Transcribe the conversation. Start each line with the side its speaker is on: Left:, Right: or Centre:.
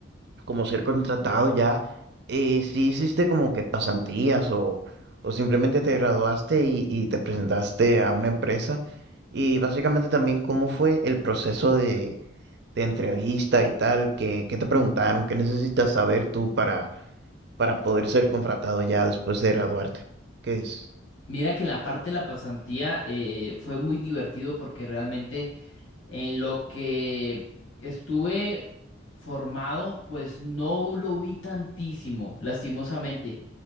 Right: como ser contratado ya, eh, sí hiciste como que pasantías o, o simplemente te graduaste y, y te presentaste a una empresa y básicamente también cómo fue el proceso de, de entrevista y tal, ¿qué, qué te preguntaron? ¿Qué necesitas saber tú para, para poder ser contratado ya después de graduarte? ¿Qué es?
Left: Mira que en la parte de la pasantía eh, fue muy divertido porque realmente en lo que estuve formado, pues no lo vi tantísimo, lastimosamente.